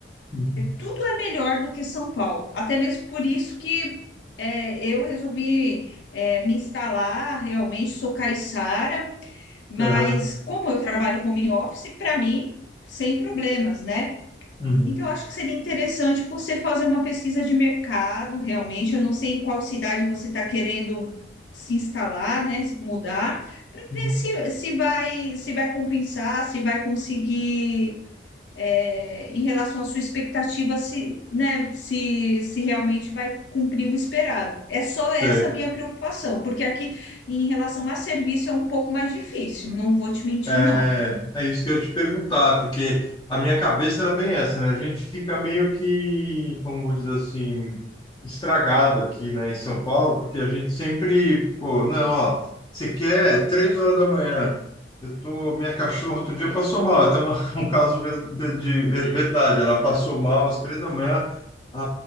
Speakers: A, on the left; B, on the left.
A: uhum,
B: tudo é melhor do que São Paulo. Até mesmo por isso que é, eu resolvi é, me instalar, realmente sou caiçara, mas
A: aham,
B: como eu trabalho home office, para mim, sem problemas, né?
A: uhum,
B: Então, eu acho que seria interessante você fazer uma pesquisa de mercado, realmente. Eu não sei em qual cidade você está querendo se instalar, né? se Mudar, para ver
A: uhum.
B: se, se vai, se vai compensar, se vai conseguir é, em relação à sua expectativa, se, né, se, se realmente vai cumprir o esperado. É só
A: sei.
B: essa a minha preocupação, porque aqui, em relação a serviço, é um pouco mais difícil, não vou te mentir,
A: É,
B: não.
A: é isso que eu ia te perguntar, porque a minha cabeça era bem essa, né? A gente fica meio que, como vou dizer assim, estragado aqui, né, em São Paulo, porque a gente sempre, pô, não, ó, você quer três horas da manhã, eu tô, minha cachorra outro dia passou mal, até uma, <laughs> um caso ver- de, de ver- verdade, ela passou mal às três da manhã, a,